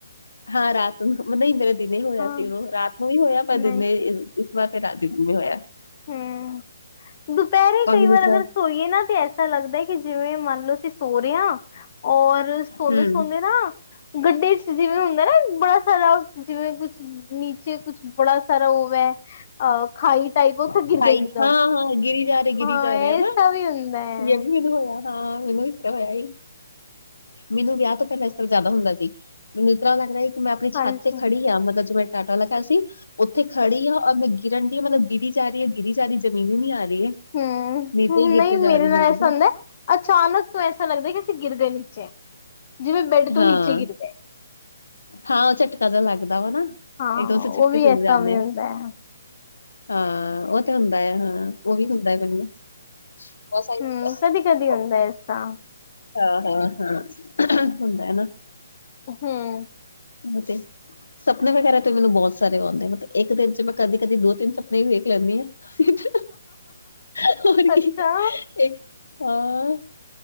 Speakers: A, on the left (about 80°); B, on the left (about 40°).
A: ਹਾਂ, ਰਾਤ ਨੂੰ, ਨਹੀਂ, ਮੇਰਾ ਦਿਨੇ ਹੀ ਹੋਇਆ
B: ਹਾਂ।
A: ਸੀ ਉਦੋਂ, ਰਾਤ ਨੂੰ ਵੀ ਹੋਇਆ, ਪਰ
B: ਨਹੀਂ।
A: ਦਿਨੇ ਬਸ ਫਿਰ ਰਾਤੀ ਵੀ ਹੋਇਆ।
B: ਹੂੰ, ਦੁਪਹਿਰੇ
A: ਔਰ
B: ਕਈ
A: ਮੈਨੂੰ
B: ਵਾਰ ਅਗਰ
A: ਤਾਂ
B: ਸੋਈਏ ਨਾ, ਤੇ ਐਸਾ ਲੱਗਦਾ ਕਿ ਜਿਵੇਂ ਮੰਨਲੋ, ਅਸੀਂ ਸੋਂ ਰਹੇਂ ਆਂ ਔਰ ਸੋਂਦੇ-ਸੋਂਦੇ
A: ਹਮ
B: ਨਾ ਗੱਡੀ'ਚ ਜਿਵੇਂ ਹੁੰਦਾ ਨਾ, ਬੜਾ ਸਾਰਾ ਜਿਵੇਂ ਕੁ ਨੀਚੇ ਕੁੱਛ ਬੜਾ ਸਾਰਾ ਓ ਵੈ, ਅ ਖਾਈ ਟਾਈਪ ਉੱਥੇ
A: ਖਾਈ
B: ਗਿਰ ਗਈ ਇੱਕਦਮ
A: ਹਾਂ-ਹਾਂ, ਗਿਰੀ ਜਾ ਰਹੇ, ਗਿਰੀ
B: ਹਾਂ
A: ਜਾ
B: ਐਸਾ
A: ਰਹੇ, ਹਨਾ।
B: ਵੀ ਹੁੰਦਾ ਹੈ
A: ਯਹੀ ਮੈਂਨੂੰ ਹੋਇਆ। ਹਾਂ, ਮੈਂਨੂੰ ਵੀ ਇਸ ਤਰ੍ਹਾਂ ਹੋਇਆ ਈ। ਮੈਂਨੂੰ ਵਿਆਹ ਤੋਂ ਪਹਿਲਾਂ ਇਸ ਤਰ੍ਹਾਂ ਜ਼ਿਆਦਾ ਹੁੰਦਾ ਸੀ, ਮੈਂਨੂੰ ਇਸ ਤਰ੍ਹਾਂ ਲੱਗਦਾ ਕੀ, ਮੈਂ ਆਪਣੀ
B: ਹਾਂਜੀ
A: ਛੱਤ ਤੇ ਖੜੀ ਆਂ, ਮਤਲਬ ਜਿਂਵੇ ਮੈਂ ਟਾਟਾ ਲਖਾ ਸੀ ਉੱਥੇ ਖੜੀ ਆਂ, ਔਰ ਮੈਂ ਗਿਰਨ ਡੀ ਆ, ਮਤਲਬ ਗਿਰੀ ਜਾ ਰਹੀ ਆ, ਗਿਰੀ ਜਾ ਰਹੀ, ਜ਼ਮੀਨ ਹੀ ਨੀ ਆ ਰਹੀ ਹੈ।
B: ਹਮ
A: ਨੀਚੇ ਈ ਗੀਰਤੇ
B: ਨਹੀਂ ਮੇਰੇ
A: ਜਾ ਰਹੀ
B: ਨਾਲ
A: ਇਕਦਮ
B: ਐਸਾ ਹੁੰਦਾ ਅਚਾਨਕ ਤੋਂ ਐਸਾ ਲੱਗਦਾ ਕਿ, ਅਸੀਂ ਗਿਰ ਗਏ ਨੀਚੇ, ਜਿਵੇਂ ਬੇਡ ਤੋਂ
A: ਹਾਂ
B: ਨੀਚੇ ਗਿਰ ਗਏ।
A: ਹਾਂ, ਉਹ ਝਟਕਾ ਜਿਹਾ ਲੱਗਦਾ ਵਾ ਨਾ,
B: ਹਾਂ
A: ਇੱਕਦਮ ਅਸੀ ਝਟਕੇ'ਚ
B: ਉਹ ਵੀ ਐਸਾ
A: ਉਠ ਜਾਂਨੇ
B: ਵੀ
A: ਆ।
B: ਹੁੰਦਾ ਹੈ
A: ਹਾਂ, ਉਹ ਤੇ ਹੁੰਦਾ ਹੈ, ਹਾਂ, ਉਹ ਈ ਹੁੰਦਾ ਹੈ ਮੈਨੂੰ। ਬਸ ਆਹੀ
B: ਹਮ
A: ਸੀਗਾ
B: ਕਦੀ ਕਦੀ
A: ਟੌ
B: ਹੁੰਦਾ ਐਸਾ
A: ਹਾਂ-ਹਾਂ-ਹਾਂ, ਅਹਹ, ਹੁੰਦਾ ਹੈ ਨਾ।
B: ਹੂੰ ਹ
A: ਮੂ ਤੇ ਸੱਪਨੇ ਵਗ਼ੈਰਾ ਤੇ ਮੈਂਨੂੰ ਬਹੁਤ ਸਾਰੇ ਆਉਂਦੇ ਨੇ ਤੈ ਇੱਕ ਦਿਨ ਚ ਮੈਂ ਕਦੀ-ਕਦੀ ਦੋ-ਤਿੰਨ ਸਪਨੇ ਵੀ ਵੇਖ ਲੈਂਣੀ ਆਂ। ' <unintelligible> ਹੋਰ
B: ਅੱਛਾ
A: ਕੀ- ਇੱਕ, ਹਾਂ।